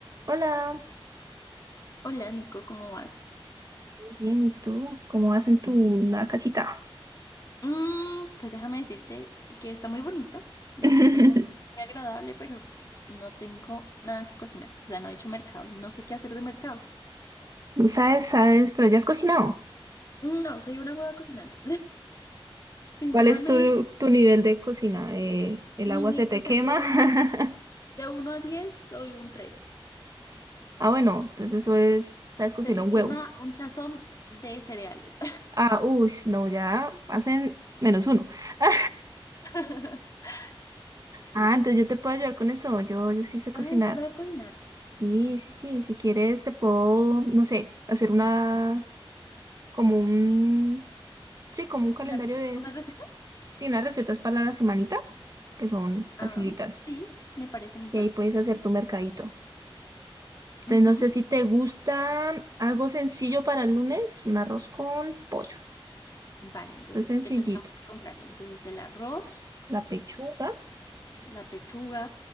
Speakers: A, on the right (about 40°); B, on the left (about 40°).
A: Hola,
B: Hola Nico, ¿cómo vas?
A: bien, ¿y tú? ¿Cómo vas en tu nueva casita?
B: Mm, pues déjame decirte que está muy bonita, me
A: <laughs>
B: siento muy, muy agradable, pero no tengo nada que cocinar, o sea, no he hecho mercado y no sé qué hacer de mercado.
A: No sabes, sabes, pero ya has cocinado.
B: No, soy una hueva cocinando. <laughs> Sinceramente,
A: ¿Cuál es tu, tu nivel de cocina? Eh, ¿el
B: mi
A: agua
B: ni-
A: se te
B: o sea,
A: quema?
B: de uno,
A: <laughs>
B: de uno a 10, soy un 3.
A: Ah, bueno, entonces eso es, sabes cocinar
B: Se me
A: un
B: quema
A: huevo.
B: un tazón de cereales.
A: Ah, uy, no, ya hacen menos uno. <laughs>
B: <laughs> Sí.
A: Ah, entonces yo te puedo ayudar con eso. Yo, yo sí sé
B: Ay,
A: cocinar.
B: ¿tú sabes cocinar?
A: Sí, sí, sí. Si quieres, te puedo, no sé, hacer una, como un, sí, como un calendario
B: ¿Una rece-
A: de,
B: ¿Unas recetas?
A: Sí, unas recetas para la semanita, que son
B: Ah,
A: facilitas.
B: sí, me parece, me
A: Y
B: parece.
A: ahí puedes hacer tu mercadito. Entonces,
B: Ujú.
A: no sé si te gusta algo sencillo para el lunes, un arroz con pollo.
B: Vale, entonces,
A: Eso es sencillito.
B: ¿qué tendríamos que comprar? Entonces, el arroz,
A: La pechuga,
B: la pechuga,